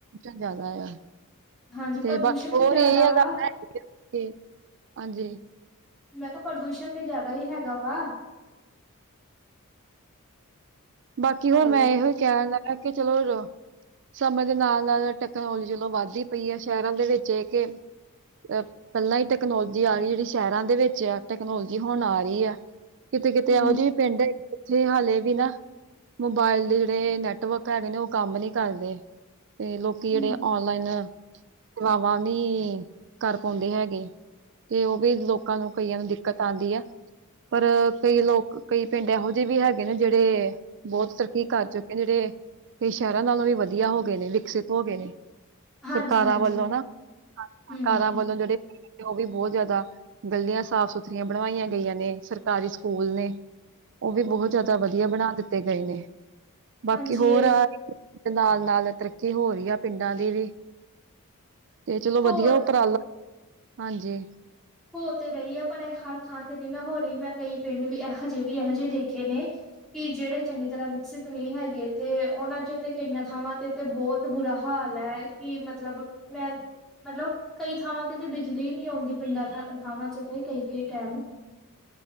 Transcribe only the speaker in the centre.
ਹਾਂਜੀ
ਪ੍ਰਦੂਸ਼ਣ
ਵੀ ਜ਼ਿਆਦਾ
ਵਾ
ਮੈਂ ਕਿਹਾ। ਪ੍ਰਦੂਸ਼ਣ ਤੇ ਜ਼ਿਆਦਾ ਹੀ ਹੈਗਾ ਵਾ।
ਹੈਲੋ
ਹਮ
ਹਮ
ਹਾਂਜੀ
ਹਾਂਜੀ
ਹਮ
ਹਾਂਜੀ
ਇਹ
ਹੋਰ
ਹੋ ਤੇ ਰਹੀ ਹੈ, ਪਰ ਇਹ ਹਰ ਥਾਂ ਤੇ ਨਾ ਹੋ ਰਹੀ ਮੈਂ ਕਈ ਪਿੰਡ ਵੀ ਇਹੋਜੇ ਵੀ ਇਹੋ ਜਿਹੇ ਦੇਖੇ ਨੇ। ਕਿ ਜਿਹੜੇ ਚੰਗੀ ਤਰ੍ਹਾਂ ਵਿਕਸਿਤ ਨਹੀਂ ਹੈਗੇ ਤੇ ਉਹਨਾਂ ਚ ਤੇ ਕਈਆਂ ਥਾਵਾਂ ਤੇ ਤੇ ਬਹੁਤ ਬੁਰਾ ਹਾਲ ਏ, ਕਿ ਮਤਲਬ ਮੈਂ ਮਤਲਬ ਕਈ ਥਾਵਾਂ ਤੇ ਤੇ ਬਿਜਲੀ ਨਹੀਂ ਆਉਂਦੀ। ਪਿੰਡਾਂ ਥ ਥਾਵਾਂ ਚ ਤੇ ਕਈ -ਕਈ ਟਾਈਮ।